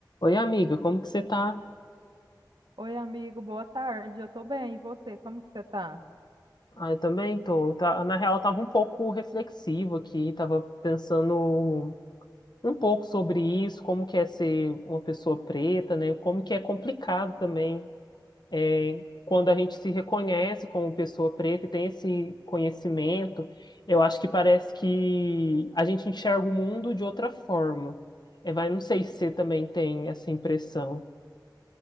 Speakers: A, on the left; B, on the right.
A: Oi, amiga, como que você tá?
B: Oi, amigo, boa tarde. Eu tô bem, e você? Como que você tá?
A: Ah, eu também tô. Tá- na real, eu tava um pouco reflexivo aqui, tava pensando um pouco sobre isso, como que é ser uma pessoa preta, né? Como que é complicado também é, quando a gente se reconhece como pessoa preta e tem esse conhecimento, eu acho que parece que a gente enxerga o mundo de outra forma. É, vai, não sei se você também tem essa impressão.